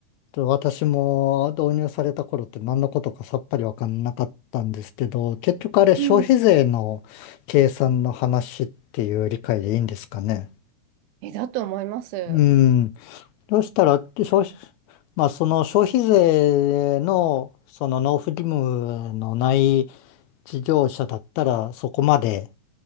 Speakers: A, on the left; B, on the right.
A: ちょっと私も導入された頃って何のことかさっぱりわかんなかったんですけど、結局あれ消費税の計算の話っていう理解でいいんですかね。
B: うん。え、だと思います。
A: うん。そしたら、消費、まあ、その消費税の、その納付義務のない事業者だったらそこまで